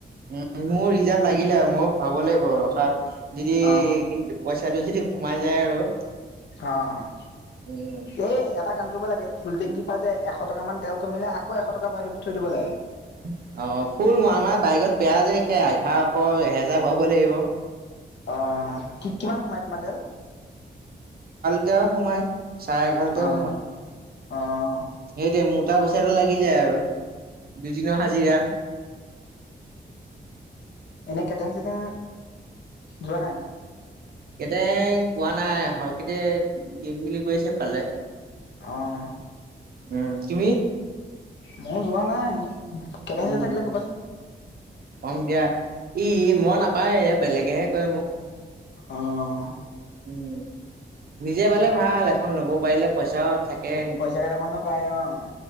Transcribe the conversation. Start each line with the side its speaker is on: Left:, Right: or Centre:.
Right: উম, মোৰ ৰিজাৰ্ভ লাগিলে আৰু মইয়ো ভৰাব লাগিব আও ৰখা। যদি
Left: অ
Right: পইচা তাইতো যদি সোমাই যায় আৰু।
Left: অ'!
Right: উম।
Left: এই, এটা কাম কৰিব লাগে। ফুল টেংকী পালে। এশ টকা মান তেল কমিলে, আকৌ, এশ টকা ভৰাই দিব থৈ দিব লাগে।
Right: <inaudible> অ'! ফুল আমাৰ বাইকত বেয়া যে, একে এঘাৰশ, এহেজাৰ ভৰাব লাগিব।
Left: অ'! কি কিমান সোমাই তোমাৰ তেল?
Right: <unintelligible> সোমাই, চাৰে এঘাৰ লিটাৰ
Left: অ'
Right: সোমায়।
Left: অ'!
Right: সেইটোৱে, মোটা পইচা লাগি যায় আৰু দুদিনৰ হাজিৰা।
Left: এনেই, কেটেং, চেতেং যোৱা নাই।
Right: কেটেৰিং পোৱা নাই। হৰষিতে দিম বুলি কৈছে পালে।
Left: অ'!
Right: উম, তুমি
Left: মই যোৱা নাই। একেলগে
Right: উম,
Left: থাকিলে কবাচোন।
Right: কম দিয়া। ই মই নাপায়, বেলেগেহে কয় মোক।
Left: অ'!
Right: উম, নিজে পাৰিলে ভাল! এখন ল'ব পাৰিলে। পইচাও থাকে
Left: পইচা কেইটামানো পায়। অ'!